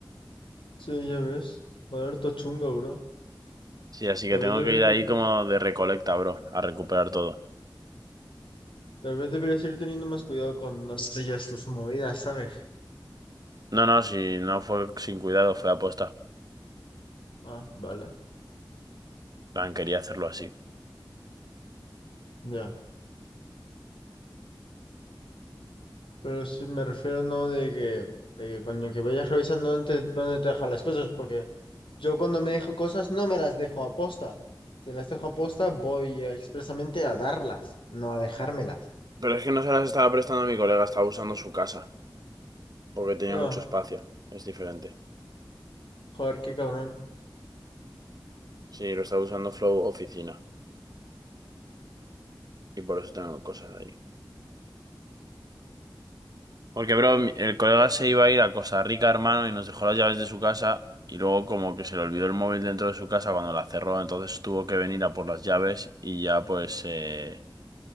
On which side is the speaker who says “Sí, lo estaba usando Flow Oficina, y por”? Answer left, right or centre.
Right